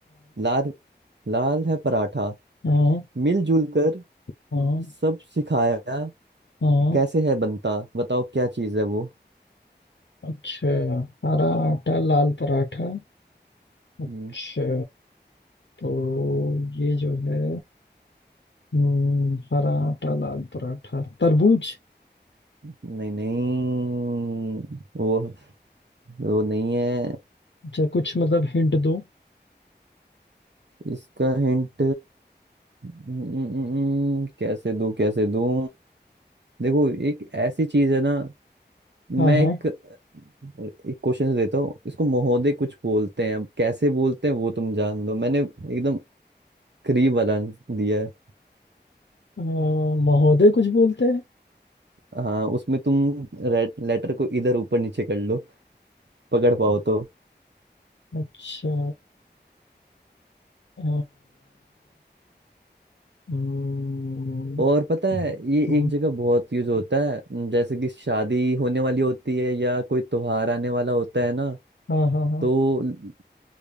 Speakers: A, on the right; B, on the left.
A: लाल लाल है पराठा
B: हाँ हाँ
A: मिलजुल कर
B: हाँ
A: सब सिखाया
B: हाँ
A: कैसे है बनता बताओ क्या चीज़ है वो
B: अच्छा हरा आटा लाल पराठा अच्छा
A: हम्म,
B: तो ये जो है हम्म, हरा आटा लाल पराठा तरबूज
A: नहीं नहीं वो वो नहीं है
B: अच्छा कुछ मतलब हिंट दो
A: इसका हिंट हम्म, कैसे दूं कैसे दूं देखो एक ऐसी चीज है ना मैं
B: हाँ हाँ
A: एक एक क्वेश्चन देता हूँ इसको महोदय कुछ बोलते हैं अब कैसे बोलते हैं वो तुम जान लो मैंने एकदम करीब वाला आंसर दिया है
B: अ, महोदय कुछ बोलते हैं
A: हाँ उसमें तुम रेट, लेटर को इधर ऊपर नीचे कर लो पकड़ पाओ तो
B: अच्छा अ, हम्म,
A: और पता है ये
B: हम्म,
A: एक जगह बहुत यूज होता है न, जैसे कि शादी होने वाली होती है या कोई त्योहार आने वाला होता है ना
B: हाँ हाँ हाँ
A: तो ल-